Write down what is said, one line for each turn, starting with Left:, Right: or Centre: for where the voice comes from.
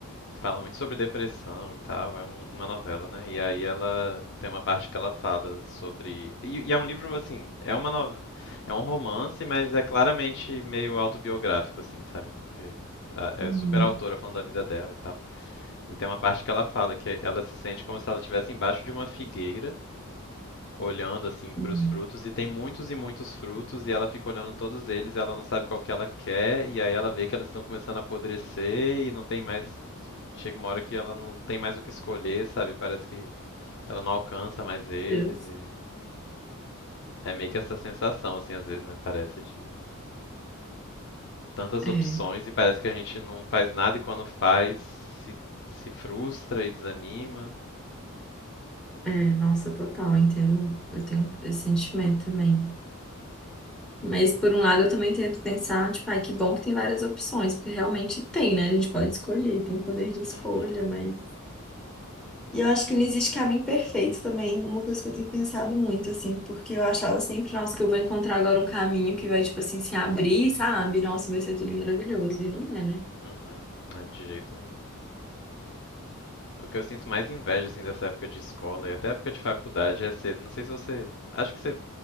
Left: Fala muito sobre depressão e tal, é um- uma novela, né? E aí ela tem uma parte que ela fala sobre. E, e é um livro, assim, é uma nove- é um romance, mas é claramente meio autobiográfico, assim, sabe? Porque a- é
Centre: Uhum.
Left: super autora falando da vida dela e tal. E tem uma parte que ela fala que ela se sente como se ela estivesse embaixo de uma figueira, olhando assim
Centre: Hum,
Left: para os frutos, e tem muitos e muitos frutos, e ela fica olhando todos eles, e ela não sabe qual que ela quer, e aí ela vê que eles estão começando a apodrecer e não tem mais chega uma hora que ela não tem mais o que escolher, sabe? Parece que ela não alcança mais eles
Centre: Deus.
Left: e é meio que essa sensação assim às vezes, né? Parece de tantas
Centre: É,
Left: opções e parece que a gente não faz nada e quando faz se, se frustra e desanima.
Centre: é, nossa, total, eu entendo, eu tenho esse sentimento também. Mas por um lado eu também tento pensar, tipo, ai, que bom que tem várias opções, porque realmente tem, né? A gente pode escolher, tem poder de escolha,
Left: Uhum,
Centre: mas E eu acho que não existe caminho perfeito também, uma coisa que eu tenho pensado muito, assim, porque eu achava sempre, nossa, que eu vou encontrar agora um caminho que vai, tipo assim, se abrir, sabe? Nossa, vai ser tudo maravilhoso. E não é, né?
Left: uhum. É, de jeito nenhum. O que eu sinto mais inveja, assim, dessa época de escola e até época de faculdade é ser. Não sei se você. Acho que você